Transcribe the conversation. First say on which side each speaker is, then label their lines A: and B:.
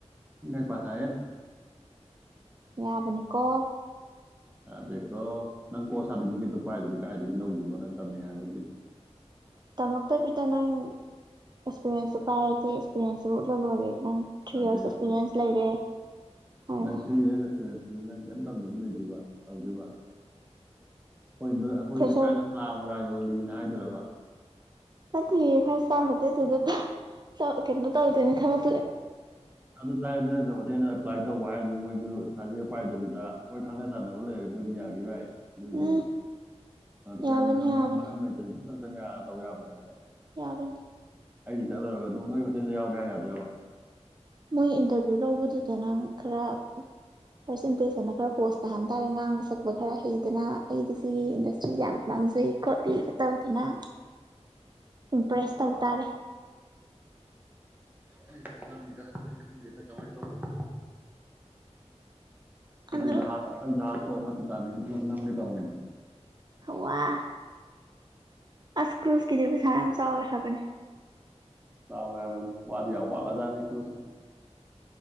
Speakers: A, on the right; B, on the right.
A: ꯃ ꯄꯥꯁ
B: ꯌꯥꯕꯅꯤꯀꯣ
A: ꯑꯗꯀꯣ ꯅꯪ ꯀꯣꯔꯁ ꯁꯥꯔꯇꯤꯐꯤꯀꯦꯠꯇꯣ ꯄꯥꯏꯗꯨꯗꯤ ꯀꯥꯏꯗꯒꯤ ꯂꯧꯗꯣꯏꯕꯣ ꯅꯪ ꯇꯝꯃꯤ ꯍꯥꯏꯕꯒꯤ
B: ꯇꯃꯛꯇ ꯄꯗ ꯅꯪ ꯑꯦꯛꯁꯄꯤꯔꯦꯟꯁꯁꯨ ꯄꯥꯏꯔꯗꯤꯦ ꯑꯦꯛꯁꯄꯤꯔꯦꯟꯁꯁꯨ ꯎꯠꯂ ꯂꯣꯏꯔꯦ ꯅꯪ ꯊ꯭ꯔꯤ
A: ꯑꯗꯦ
B: ꯌꯔꯁ ꯑꯦꯛꯁꯄꯤꯔꯦꯟꯁ
A: ꯑꯗꯦ
B: ꯂꯩꯔꯦ ꯍꯥꯏꯔꯒ
A: ꯅꯪ ꯊ꯭ꯔꯤ ꯏꯔꯁ ꯑꯦꯛꯁꯄꯤꯔꯤꯟ ꯑꯗꯨ ꯅꯪ ꯀꯔꯤꯝ ꯇꯝꯅꯕ ꯂꯩꯗꯕ ꯇꯧꯗꯕ ꯑꯩꯈꯣꯏ ꯑꯩꯈꯣꯏ
B: ꯐ꯭ꯔꯦꯁꯔ
A: ꯂꯛꯀꯥꯏꯗ ꯁꯂꯕꯔ ꯄꯌꯣꯜꯂꯤꯅ ꯍꯥꯏꯗꯔꯕ
B: ꯅꯗꯤ ꯐꯥꯏꯚ ꯏꯁꯔ ꯍꯣꯇꯦꯜ ꯇꯗ ꯀꯩꯅꯣ ꯇꯧꯗꯅꯦꯅꯤ ꯊꯕꯛ
A: ꯑꯗꯨꯗ ꯇꯥꯏ <unintelligible> ꯄ꯭ꯂꯥꯏ ꯇꯧꯕ ꯍꯥꯏꯁꯦ ꯃꯣꯏꯁꯨ ꯁꯥꯔꯇꯤꯦꯠ ꯄꯥꯏꯗꯕꯤꯗ ꯃꯣꯏ ꯈꯪꯅ ꯆꯥꯟꯅꯕ ꯂꯩꯔꯦ ꯃꯣꯏꯗꯤ ꯌꯥꯒꯤ ꯌꯥꯏ ꯑꯗꯨꯗꯁꯨ
B: ꯎꯝ ꯌꯥꯕꯅꯤ
A: ꯀꯔ
B: ꯌꯥꯕꯅꯤ
A: ꯃꯔꯝ ꯃꯔꯤ ꯂꯩꯇꯅ ꯪ ꯇꯧ ꯌꯥꯕ꯭ꯔꯥ ꯍꯥꯏꯁꯦ
B: ꯌꯥꯕꯅꯤ
A: ꯑꯩꯁꯦ ꯆꯠꯂꯔꯨꯔꯒ ꯑꯗꯨꯝ ꯅꯣꯏꯒꯤ ꯍꯣꯇꯦꯜꯗ ꯌꯥꯎꯒꯦ ꯍꯥꯏ ꯌꯥꯗ꯭ꯔꯥꯕ
B: ꯃꯣꯏ ꯏꯟꯇꯔꯚꯤꯌꯨ ꯂꯧꯕꯗꯨꯗ ꯅꯪ ꯈꯔ ꯐꯥꯔꯁ ꯏꯝꯄ꯭ꯔꯦꯁꯟꯗ ꯈꯔ ꯄꯣꯁ ꯇꯥꯍꯟ ꯇꯥꯔꯦ ꯉꯥꯡꯕ ꯁꯛꯄ ꯈꯔ ꯍꯩꯗꯅ ꯑꯩꯗꯤ ꯁꯤꯒꯤ ꯏꯟꯗꯁꯇ꯭ꯔꯤꯁꯦ ꯌꯥꯝ ꯄꯥꯝꯖꯩ ꯈꯣꯠꯂꯤꯒ ꯇꯧꯗꯅ ꯏꯝꯄ꯭ꯔꯦꯁ
A: ꯌꯥꯗꯣꯏꯔꯕ
B: ꯇꯧ ꯇꯥꯔꯦ
A: ꯑꯩꯇ ꯈꯪꯉꯝꯃꯤꯗ ꯑꯩ ꯈꯪꯗꯦꯗ ꯀꯃꯥꯏꯅ ꯇꯧꯕꯅꯣ
B: ꯑꯗꯨ
A: ꯏꯖꯍꯥꯁ ꯏꯖꯍꯥꯁ ꯇꯣꯡꯉꯥ ꯇꯤꯇꯥꯅꯤꯛ ꯀꯥ ꯐꯤꯂꯝ ꯅꯝꯒꯦ ꯇꯧꯅꯦꯗ
B: ꯋꯥ ꯑꯁ ꯀ꯭ꯔꯨꯁꯀꯤꯗꯤꯕꯁ ꯌꯥꯝ ꯆꯥꯎꯋꯦ ꯍꯥꯏꯕꯅꯦ
A: ꯆꯥꯎꯌꯦ ꯍꯥꯏꯕꯅꯦ ꯋꯥꯗꯤ ꯌꯥꯝ ꯋꯥꯈꯔ ꯖꯥꯠꯅꯦ ꯀ꯭ꯔꯨꯁꯁꯦ